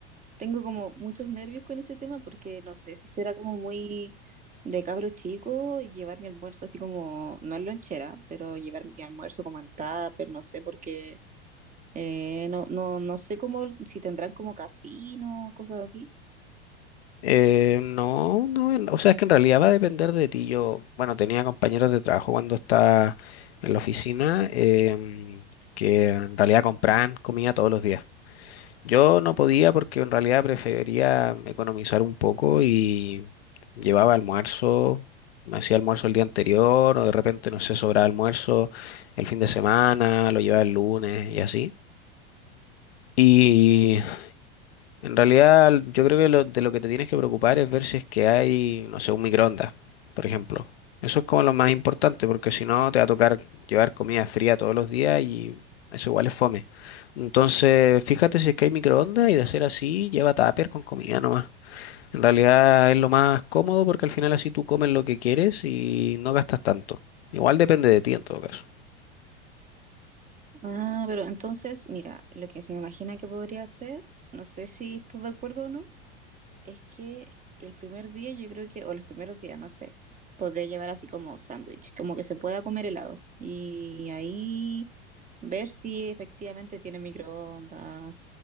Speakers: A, on the right; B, on the left.
A: tengo como muchos nervios con ese tema porque no sé si será como muy de cabro chico y llevar mi almuerzo así como, no en lonchera, pero llevar mi almuerzo como en tupper, no sé, porque eh, no, no, no sé cómo, si tendrán como casino, cosas así.
B: Eh, no, no, en- o sea, es que en realidad va a depender de ti. Yo, bueno, tenía compañeros de trabajo cuando estaba en la oficina, em, que en realidad compraban comida todos los días. Yo no podía porque en realidad prefería economizar un poco y llevaba almuerzo, me hacía almuerzo el día anterior o de repente, no sé, sobraba almuerzo el fin de semana, lo llevaba el lunes y así. Y en realidad, yo creo que lo- de lo que te tienes que preocupar es ver si es que hay, no sé, un microondas, por ejemplo. Eso es como lo más importante, porque si no te va a tocar llevar comida fría todos los días y eso igual es fome. Entonces, fíjate si es que hay microondas y de ser así, lleva tupper con comida nomás. En realidad es lo más cómodo porque al final así tú comes lo que quieres y no gastas tanto. Igual depende de ti en todo caso.
A: Ah, pero entonces, mira, lo que se me imagina que podría hacer, no sé si estás de acuerdo o no es que el primer día yo creo que, o los primeros días, no sé, podría llevar así como sándwich, como que se pueda comer helado. Y ahí ver si efectivamente tiene microondas